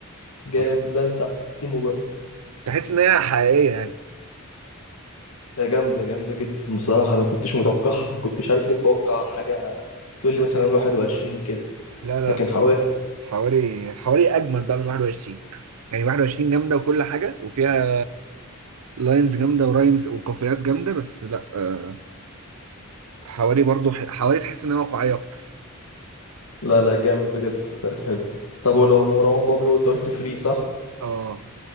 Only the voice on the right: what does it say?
حواري جامده
تحس ان هي حقيقيه يعني
لا لا
ح- حوالي حوالي اجمد بقى من 21 يعني 21 جامده وكل حاجه وفيها لاينز جامده ورايمز وقافيات جامده بس لا آه، حوالي برضو ح- حوالي تحس ان هي واقعيه اكتر
اه